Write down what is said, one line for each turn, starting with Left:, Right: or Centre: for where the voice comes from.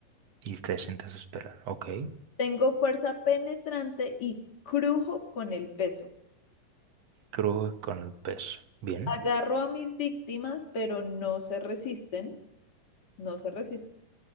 Right: Y te sientas a esperar. Ok.
Left: Tengo fuerza penetrante y crujo con el peso.
Right: Cruz con el peso. Bien.
Left: Agarro a mis víctimas, pero no se resisten, no se resisten.